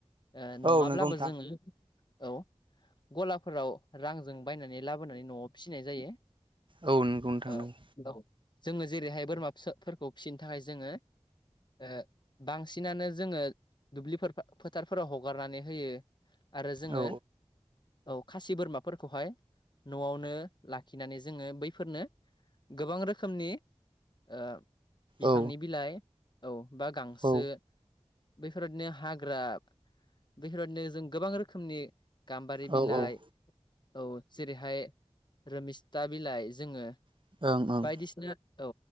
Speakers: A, on the left (about 40°); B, on the right (about 45°).
A: ओ नङाब्लाबो
B: औ नंगौ नोंथां
A: जोङो औ गलाफोराव रांजों बायनानै लाबोनानै न'आव फिसिनाय जायो
B: औ नंगौ नोंथां
A: ओ
B: नंगौ
A: औ जोङो जेरैहाय बोरमाफोरखौ फिसिनो थाखाय जोङो ओ बांसिनानो जोङो दुब्लिफोर फा फोथारफोराव हगारनानै होयो आरो जोङो
B: औ
A: औ खासि बोरमाफोरखौहाय न'आवनो लाखिनानै जोङो बैफोरनो गोबां रोखोमनि ओ बिफांनि
B: औ
A: बिलाइ औ बा गांसो
B: औ
A: बेैफोर बादिनो हा बेफोरबायदिनो जों गोबां रोखोमनि गाम्बारि
B: औ
A: बिलाइ
B: ओं
A: औ जेरैहाय रमिस्था बिलाइ जोङो
B: ओं
A: बायदिसिना औ